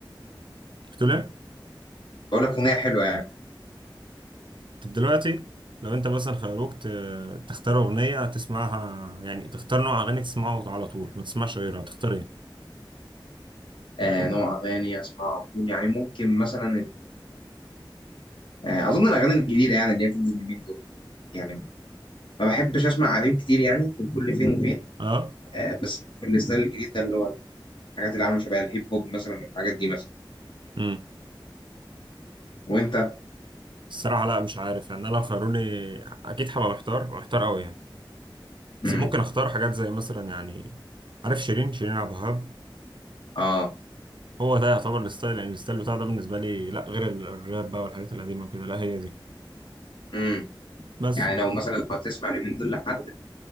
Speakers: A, on the right (about 65°); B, on the left (about 65°).
A: بتقول إيه؟
B: بقول لك اغنيه حلوه يعني
A: طب دلوقتي لو أنت مثلا خيروك ت... تختار أغنية تسمعها يعني تختار نوع أغاني تسمعه على طول ما تسمعش غيرها تختار إيه؟
B: آه نوع اغاني اسمعها على طول يعني ممكن مثلا آه، اظن الاغاني الجديده يعني اللي هي بتنزل اليومين دول يعني ما بحبش اسمع قديم كتير يعني في كل فين وفين
A: أه؟
B: آه، بس في الستايل الجديد ده اللي هو الحاجات اللي عامله شبه الهيب هوب مثلا والحاجات دي مثلا
A: امم
B: وانت
A: الصراحة لا مش عارف يعني أنا لو خيروني أكيد هبقى محتار محتار أوي يعني بس
B: امم
A: ممكن اختار حاجات زي مثلا يعني عارف شيرين شيرين عبد الوهاب
B: اه
A: هو ده يعتبر الستايل يعني الستايل بتاع ده بالنسبه لي لا غير ال- الراب بقى والحاجات القديمه وكده لا هي دي
B: امم
A: بس
B: يعني لو مثلا لو هتسمع اليومين دول لحد